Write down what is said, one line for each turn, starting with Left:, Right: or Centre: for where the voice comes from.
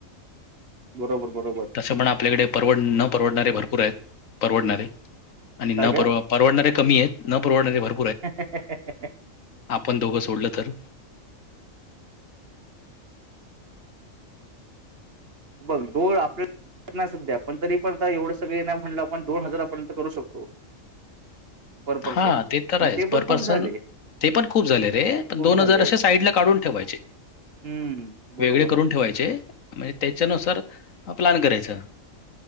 Right: बरोबर बरोबर
Left: तसं पण आपल्याकडे परवड न परवडणारे भरपूर आहेत परवडणारे आणि
Right: काय
Left: न परव परडणारे कमी आहेत न परवडणारे भर
Right: ह ह ह ह
Left: आपण दोघं सोडलं तर
Right: बघ दोन आपल्या सध्या पण तरी पण आता एवढं सगळे ना म्हणलं आपण दोन हजारापर्यंत करू शकतो <inaudible>
Left: हा ते तर
Right: पण
Left: आहे
Right: पण
Left: पर
Right: खूप
Left: पर्सन
Right: झाले
Left: ते पण खूप झाले रे
Right: खूप
Left: पण दोन
Right: झाले
Left: हजार असे साईड ला काढून ठेवायचे
Right: हम्म बरोबर
Left: वेगळे करून ठेवायचे म्हणजे त्याच्यानुसार प्लॅन करायचं